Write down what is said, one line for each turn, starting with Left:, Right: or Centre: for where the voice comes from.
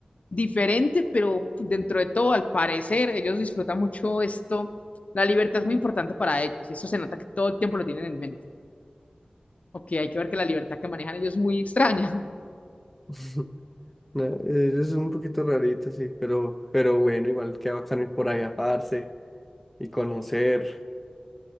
Left: diferente, pero dentro de todo, al parecer, ellos disfrutan mucho esto. La libertad es muy importante para ellos, y eso se nota que todo el tiempo lo tienen en mente. Ok, hay que ver que la libertad que manejan ellos es muy extraña. <laughs>
Centre: <laughs> No, Eso es un poquito rarito, sí, pero, pero bueno, igual que bacano ir por allá, parce, y conocer,